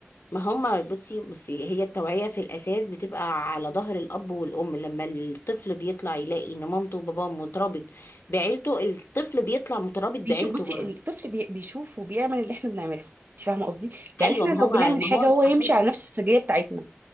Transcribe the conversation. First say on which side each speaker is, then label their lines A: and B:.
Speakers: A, on the left (about 60°); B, on the right (about 45°).
A: ما هما بصي بصي هي التوعية في الاساس بتبقى على ظهر الاب والام لما الطفل بيطلع يلاقي ان مامته وباباه مترابط بعيلته الطفل بيطلع مترابط بعيلته
B: بيشوف بصي
A: برضه
B: الطفل بي- بيشوف وبيعمل اللي احنا بنعمله انت فاهمه قصدي يعني
A: ايوه
B: احنا
A: ما هو
B: لو بنعمل
A: ما
B: حاجه
A: هو
B: هو هيمشي
A: عشان
B: على نفس السجيه بتاعتنا